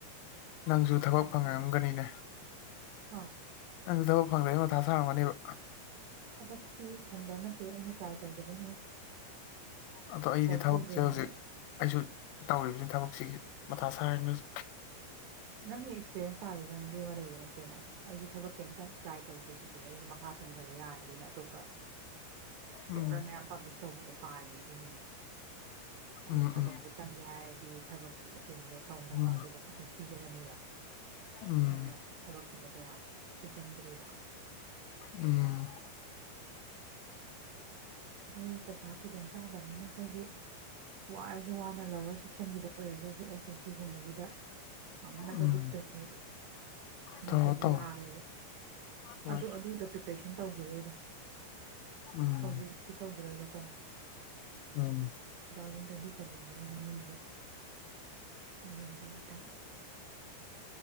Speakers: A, on the left (about 85°); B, on the right (about 75°).
A: ꯅꯪꯁꯨ ꯊꯕꯛ
B: ꯒ꯭ꯌꯥꯟ
A: ꯐꯪꯉꯛꯑꯝꯒꯅꯤꯅꯦ
B: ꯇꯥꯗꯦ ꯍꯥ
A: ꯅꯪꯁꯨ ꯊꯕꯛ ꯐꯪꯗꯕꯩ ꯃꯊꯥ ꯁꯥꯡꯔꯝꯒꯅꯦꯕ
B: ꯊꯕꯛꯇꯤ ꯐꯪꯗꯕ ꯅꯠꯇꯦ ꯑꯩꯅ ꯇ꯭ꯔꯥꯏ ꯇꯧꯗꯕꯩꯅꯤ ꯍꯦ
A: ꯑꯗꯣ ꯑꯩꯗꯤ ꯊꯕꯛꯁꯦ
B: ꯇꯧꯗ꯭ꯔꯤꯕꯅꯤꯅ
A: ꯍꯧꯖꯤꯛ ꯑꯩꯁꯨ ꯇꯧꯔꯤꯕꯁꯤꯅ ꯊꯕꯛ ꯁꯤꯒꯤ ꯃꯇꯊꯥ ꯁꯔꯅꯕꯅꯤ ꯍꯥꯎꯖꯤꯛ
B: ꯅꯪ ꯑꯦꯛꯁꯄꯤꯔꯤꯌꯦꯟꯁ ꯆꯥꯗꯦ ꯅꯪ ꯂꯦꯝ ꯑꯃ ꯂꯩꯕ ꯅꯠꯇꯦꯅ ꯑꯩꯁꯨ ꯊꯕꯛ ꯀꯩꯝꯇ ꯇ꯭ꯔꯥꯏ ꯇꯧ ꯭ꯔꯤꯁꯤꯗꯤ ꯑꯩ ꯃꯈꯥ ꯊꯝꯊꯕ ꯌꯥꯔꯗꯤꯅ ꯑꯇꯣꯞꯄ ꯄꯦꯄꯔ
A: ꯎꯝ
B: ꯃꯌꯥꯝ ꯄꯥꯕ꯭ꯂꯤꯁ ꯇꯧꯕꯗꯣ ꯄꯥꯔꯤꯌꯦ ꯑꯗꯨꯅꯅꯦ ꯑꯩꯅ
A: ꯎꯝ
B: ꯊꯕꯛꯇꯣ
A: ꯎꯝ
B: ꯆꯪꯒꯦ ꯍꯥꯏꯔꯗꯤ ꯊꯕꯛ <inaudible> ꯇꯦꯝꯗꯣ ꯇꯧꯅꯕ
A: ꯎꯝ
B: ꯑꯗꯨꯗ ꯐꯣꯀꯁ ꯅꯝꯅꯤꯕ
A: ꯎꯝ
B: ꯑꯩꯅ ꯊꯕꯛ ꯁꯤꯗ ꯀꯌꯥ ꯑꯩꯈꯣꯏ ꯆꯪꯗ꯭ꯦꯔꯤꯕ
A: ꯑꯝ
B: ꯑꯩꯈꯣꯏ ꯄꯩꯁꯥ ꯈꯨꯗꯣꯡꯆꯥꯥꯗꯕꯅꯤꯅ ꯑꯩꯈꯣꯏꯗꯤ ꯋꯥꯔꯁꯨ ꯋꯥꯅ ꯂꯋꯔ ꯁꯦꯛꯁꯟꯒꯤꯗ ꯑꯣꯏꯔꯒꯁꯨ ꯑꯦꯁ ꯑꯦꯁ ꯁꯤꯒꯨꯝꯕꯒꯤꯗ ꯉꯝꯅꯕ
A: ꯎꯝ
B: ꯂꯤꯛꯇꯣꯏꯅꯦ ꯑꯩꯗꯤ
A: ꯇꯧꯔꯣ
B: ꯅꯠꯇꯗꯤ
A: ꯇꯧꯔꯣ
B: ꯌꯥꯔꯣꯏꯕ
A: ꯍꯣꯏ
B: ꯑꯗꯨ ꯑꯗꯨꯗꯣ ꯄ꯭ꯔꯤꯄꯔꯦꯁꯟ ꯇꯧꯈꯤꯔꯣꯏꯗ
A: ꯑꯝ
B: ꯍꯧꯖꯤꯛꯇꯤ ꯇꯧꯈꯤꯔꯣꯏꯕꯀꯣ
A: ꯎꯝ
B: ꯇꯨ ꯊꯥꯎꯖꯟ ꯇ꯭ꯋꯦꯟꯇꯤ ꯁꯚꯦꯟꯁꯤꯐꯥꯎ ꯃꯅꯨꯡꯒꯤꯗ ꯌꯦꯡꯒꯦ ꯑꯃꯇꯪ